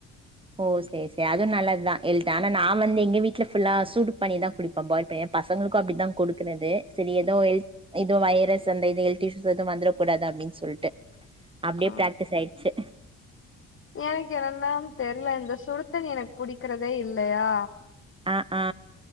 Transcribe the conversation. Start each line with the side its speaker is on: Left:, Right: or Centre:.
Right: ஓ செரி செரி அது நல்லதுதா ஹெல்த் ஆனா நா வந்து எங்க வீட்ல ஃபுல்லா சூடு பண்ணிதா குடுப்போ பாய்ல் பண்ணி பசங்களுக்கு அப்டித்தா குடுக்குறது சரி ஏதோ ஹெல்த் இதுவு வைரஸ் அந்த ஹெல்த் இஸ்யூ எதுவும் வந்தறக்கூடாது அப்டின் சொல்ட்டு அப்டியே
Left: ஆ
Right: பிராக்டிஸ் ஆயிச்சு
Left: எனக்கு என்னன்ன தெர்ல இந்த சுடுதண்ணி எனக்கு புடிக்கிறதே இல்லையா
Right: ஆ ஆ